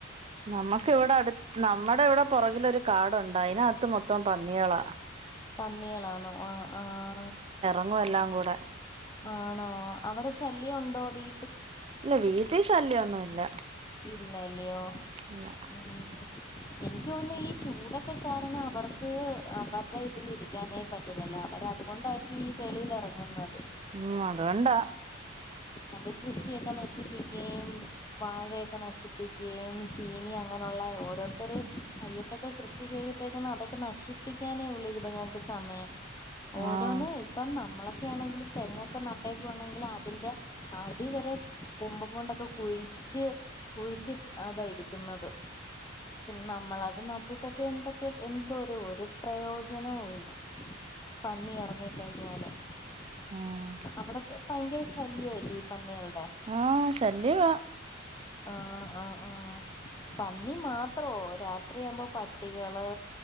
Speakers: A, on the right; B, on the left.
A: നമുക്ക് ഇവിടെ അട് നമ്മടവിടെ പുറകിലൊരു കാടുണ്ട് അയിനകത്ത് മൊത്തം പന്നിയളാ
B: പന്നിയെളാന്നൊ ആഹ ആഹ
A: ങ്ങും എല്ലാം കൂടെ
B: ആണോ അവിടെ ശല്യം ഉണ്ടോ വീ
A: ഇല്ല വീട്ടിൽ ശല്യോ ഒന്നും ഇല്ല
B: ഇല്ല ഇല്ലയോ
A: ഇല്ല
B: ഉം എനിക്ക് തോന്നുന്നു ഈ ചൂടൊക്കെ കാരണം അവർക്ക് അവരടെ ഇതിൽ ഇരിക്കാനായി പറ്റുന്നില്ല അവര് അതുകൊണ്ടായിരിക്കും ഈ വെളിയിൽ ഇറങ്ങുന്നത്
A: ഉം അതുകൊണ്ടാ
B: അത് കൃഷിയൊക്കെ നശിപ്പിക്കേം വാഴയൊക്കെ നശിപ്പിക്കേം ചീനി അങ്ങനെയുള്ള ഓരോരുത്തർ അയ്യത്തൊക്കെ കൃഷി ചെയ്തിട്ടേക്കുന്ന അതൊക്കെ നശിപ്പിക്കാനേ ഉള്ളി ഇതുങ്ങൾക്ക് സമയം ഓരോന്ന്
A: ആഹ്
B: ഇപ്പന്നാ നമ്മളൊക്കെ ആണെങ്കിൽ തെങ്ങൊക്കെ നട്ടയക്കുവാണെങ്കിൽ അതിന്റെ അടിവരെ കൊമ്പും കൊണ്ടൊക്കെ കുഴിച്ച് കുഴിച്ചി അതാ എടുക്കുന്നത് പിന്നെ നമ്മളത് നട്ടിട്ടൊക്കെ എന്തൊക്കെ എന്തോ ഒരു ഒരു പ്രയോജനവും ഇല്ല പന്നി ഇറങ്ങിക്കഴിഞ്ഞാല് <inaudible>
A: ആഹ്
B: അവിടക്കെ ഭയങ്കര ശല്യമായി ഈ പന്നീകൾക്കെ
A: ആ ശല്യവ
B: ആ ആ ആ ആ പന്നി മാത്രോ രാത്രിയാകുമ്പോ പട്ടികള്